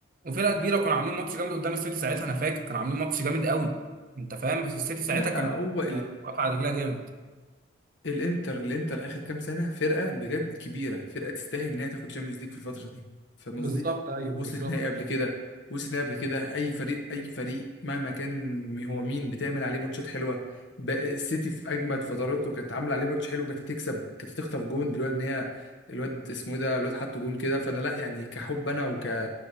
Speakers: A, on the right (about 45°); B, on the left (about 60°).
A: وفرقه كبيره وكانوا عاملين ماتش جامد قدام السيتي ساعتها انا فاكر كانوا عاملين ماتش جامد قوي انت فاهم بس السيتي ساعتها
B: لا
A: كان
B: هو
A: آه، واقف على رجلها جامد
B: الانتر الانتر اخر كام سنه فرقه بجد كبيره فرقه تستاهل ان هي تاخد تشامبيونز ليج في الفتره دي فاهم
A: بالظبط
B: قصدي
A: ايوه
B: وصلت
A: بالظبط
B: نهائي قبل كده وصلت نهائي قبل كده اي فريق اي فريق مهما كان هو مين بتعمل عليه ماتشات حلوه بقى السيتي في اجمد فتراته كانت عامله عليه ماتش حلو كانت هتكسب كانت هتخطف جون دلوقتي ان هي الواد اسمه إيه ده الواد حط جون كده فانا لا يعني كحب انا وك